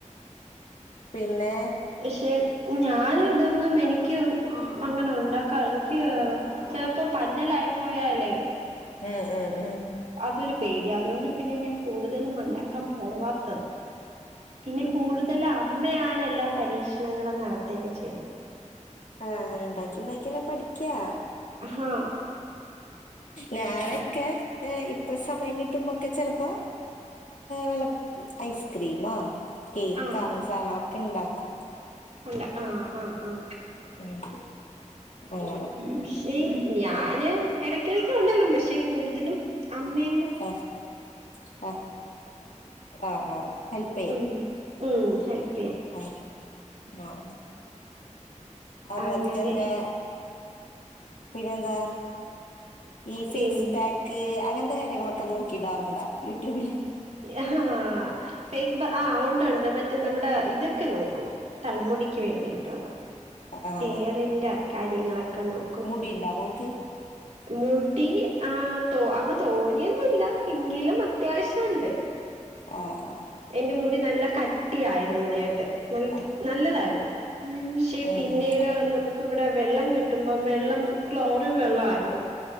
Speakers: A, on the left (about 75°); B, on the right (about 60°).
A: പിന്നെ
B: പക്ഷെ ഞാൻ ഇതൊന്നും എനിക്ക് അങ്ങനെ ഉണ്ടാക്കാ എനിക്ക് ചിലപ്പോ പഞ്ഞലായി പോയാലേ
A: ഉം ഉം ഉം
B: അതൊരു പേടി അതുകൊണ്ട് പിന്നെ ഞാൻ കൂടുതലും ഉണ്ടാക്കാൻ പോവാത്തത് പിന്നെ കൂടുതൽ അമ്മയാണ് എല്ലാ പരീക്ഷണങ്ങളും നടത്തയൊക്കെ ചെയ്യുന്നത്
A: ആഹ് ഇണ്ടാക്കി ഇണ്ടാക്കിയല്ലെ പഠിക്കാ
B: അഹ്
A: ഞാനൊക്കെ ഏഹ് ഇപ്പൊ സമയം കിട്ടുമ്പോക്കെ ചെലപ്പോ വല്ല ഐസ്ക്രീമോ കേക്ക്ക്കങ്ങ
B: ആഹ്
A: സാനങ്ങളൊക്കെ ഇണ്ടാക്കും
B: ഉണ്ട് ആഹ് ആഹ് ആഹ്
A: ഉം ആഹ്
B: പക്ഷേ ഞാന് എടക്കിടക് ഇണ്ടാകും പക്ഷെ കൂടുതലും അമ്മേ
A: ആഹ് ആഹ് ആഹ് ആഹ് ഹെൽപ്
B: ഉം ഉം ഹെൽപ്പ് ചെയ്യൻ
A: ഉം ആഹ് അതുപോലെ
B: അങ്ങനെ
A: തന്നെ പിന്നെന്താ ഈ ഫേസ്
B: പിന്നെ
A: പാക്ക് അങ്ങനത്തെ കാര്യങ്ങളൊക്കെ നോക്കിയിടാറുണ്ടാ യൂട്യൂബില്
B: ആഹ് ഫേസ്ബആഹ് ഉണ്ട് ഉണ്ട് മറ്റ നമ്മടെ ഇതൊക്കെ നോക്കും തലമുടിക്ക് വേണ്ടിയിട്ടുള്ളത്
A: ആഹ്
B: ഹെയറിന്റെ കാര്യങ്ങളൊക്കെ നോക്കും
A: ടിണ്ടാ മോൾക്ക്
B: മുടി ആഹ് തോ അങ്ങ് തോന്യൊന്നുല്ല എങ്കിലും അത്യാവശ്യണ്ട്
A: ആഹ് ആഹ്
B: എന്റെ മുടി നല്ല കട്ടിയായിരുന്നു നേരത്തെ നൽ
A: ആഹ് ആഹ്
B: നല്ലതായിരുന്നു
A: ആഹ്
B: പക്ഷെ
A: ഉം
B: പിന്നീട്
A: ഉം
B: നമ് ക്ക് ഇവിടെ വെള്ളം കിട്ടുമ്പം വെള്ളം ക്ലോറിൻ വെള്ളായിരുന്നു